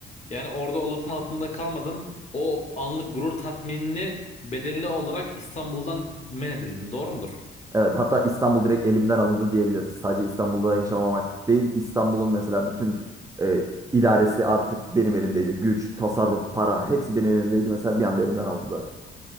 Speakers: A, on the left; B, on the right.
A: Yani orada o lafın altında kalmadın. O anlık gurur tatminini bedenli olarak İstanbul'dan men edildin. Doğru mudur?
B: Evet, hatta İstanbul direkt elimden alındı diyebiliriz. Sadece İstanbul'da yaşamamak değil, İstanbul'un mesela bütün e, idaresi artık benim elimdeydi. Güç, tasarruf, para hepsi benim elimdeydi. Mesela bir anda elimden alındı.